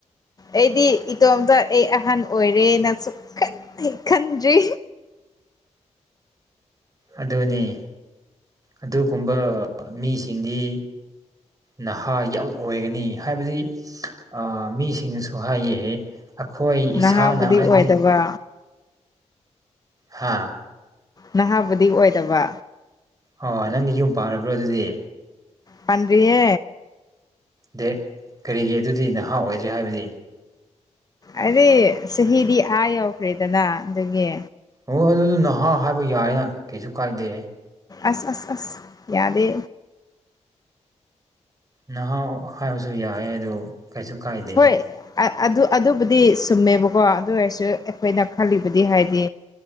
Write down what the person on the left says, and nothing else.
ꯑꯩꯗꯤ ꯏꯇꯣꯝꯇ ꯑꯩ ꯑꯍꯟ ꯑꯣꯏꯔꯦꯅ ꯁ ꯈꯪꯖꯤ
ꯅꯍꯥꯕꯨꯗꯤ
ꯑꯣꯏꯗꯕ
ꯅꯍꯥꯕꯨꯗꯤ ꯑꯣꯏꯗꯕ
ꯄꯟꯌꯦ
ꯑꯩꯗꯤ ꯆꯍꯤꯗꯤ ꯑꯥ ꯌꯎꯈ꯭ꯔꯦꯗꯅ ꯑꯗꯨꯒꯤ
ꯑꯁ ꯑꯁ ꯑꯁ ꯌꯥꯗꯦ
ꯍꯣꯏ ꯑꯗꯨ ꯑꯗꯨꯕꯨ ꯗꯤ ꯁꯨꯝꯃꯦꯕꯀꯣ ꯑꯗꯨ ꯑꯣꯏꯔꯁꯨ ꯑꯩꯈꯣꯏꯅ ꯈꯜꯂꯤꯕꯗꯤ ꯍꯥꯏꯗꯤ